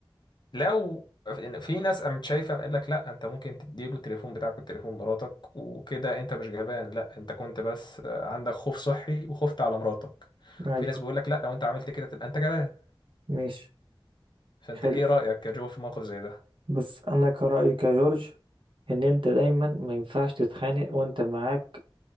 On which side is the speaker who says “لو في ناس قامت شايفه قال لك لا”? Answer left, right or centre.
Left